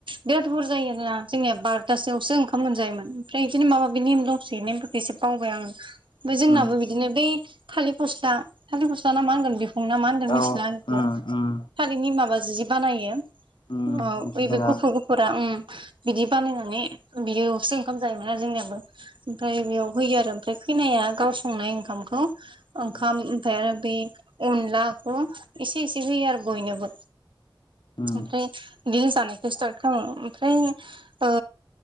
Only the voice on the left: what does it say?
उम
औ
उम उम
उम
मिथिदों
आं
उम
उम
उम